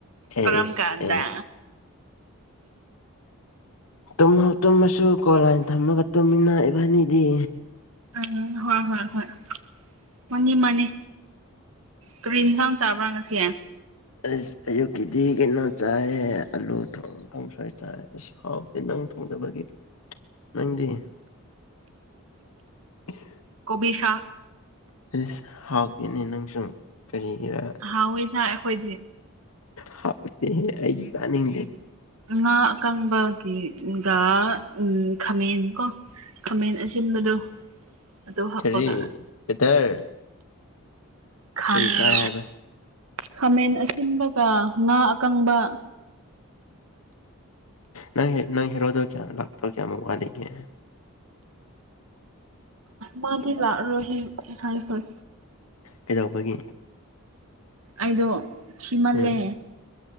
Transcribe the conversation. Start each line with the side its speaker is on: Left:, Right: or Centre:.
Right: ꯀꯔꯝ
Left: ꯑꯦꯁ
Right: ꯀꯥꯟꯗ
Left: ꯑꯦꯁ ꯇꯨꯝ ꯇꯨꯝꯃꯁꯨ ꯀꯣꯟꯂꯥꯏꯟ ꯊꯝꯃꯒ ꯇꯨꯝꯃꯤꯟꯅ ꯏꯕꯥꯅꯤꯗꯤ
Right: ꯎꯝ ꯍꯣꯏ ꯍꯣꯏ ꯍꯣꯏ ꯃꯥꯅꯤ ꯃꯥꯅꯤ ꯀꯔꯤ ꯏꯟꯁꯥꯡ ꯆꯥꯕ꯭ꯔꯥ ꯉꯁꯤꯦ
Left: ꯑꯁ ꯑꯌꯨꯛꯀꯤꯗꯤ ꯀꯩꯅꯣ ꯆꯥꯏꯔꯦ ꯑꯂꯨ ꯊ ꯀꯥꯡꯁꯣꯏ ꯆꯥꯏ ꯑ ꯕꯗꯤ ꯅꯪ ꯊꯣꯡꯖꯕꯒꯤ ꯅꯪꯗꯤ <unintelligible>
Right: ꯀꯣꯕꯤꯁꯥ
Left: ꯏꯁꯁ ꯍꯥꯎꯇꯤꯅꯦ ꯅꯪꯁꯨ ꯀꯔꯤꯒꯤꯔꯥ
Right: ꯍꯥꯎꯋꯤꯅ ꯑꯩꯈꯣꯏꯗꯤ
Left: ꯍ ꯍꯥꯏꯅꯤꯡꯦ
Right: ꯉꯥ ꯑꯀꯪꯕꯒꯤꯒ ꯎꯝ ꯈꯥꯃꯦꯟ ꯀꯣ ꯈꯃꯦꯟ ꯑꯁꯤꯟꯕꯗꯣ ꯑꯗꯨ ꯍꯥꯞꯄꯒ
Left: ꯈꯦꯔꯤ ꯄꯦꯇꯔ
Right: ꯈꯥꯃꯦꯟ
Left: ꯀꯔꯤ ꯆꯥꯏ ꯍꯥꯏꯕ
Right: ꯈꯥꯃꯦꯟ ꯑꯁꯤꯟꯕꯒ ꯉꯥ ꯑꯀꯪꯕ
Left: ꯅꯪ ꯅꯪ ꯍꯔꯣꯗꯣ ꯀꯌꯥ ꯂꯥꯛꯇ꯭ꯔꯣ ꯀꯌꯥꯃꯨꯕꯥꯂꯤꯒꯦ
Right: ꯃꯗꯤꯂꯥ ꯔꯣꯍꯤ ꯍꯔ ꯍ
Left: ꯀꯩꯗꯧꯕꯒꯤ
Right: ꯑꯗꯣ ꯁꯤꯤꯃꯜꯂꯦ
Left: ꯎꯝ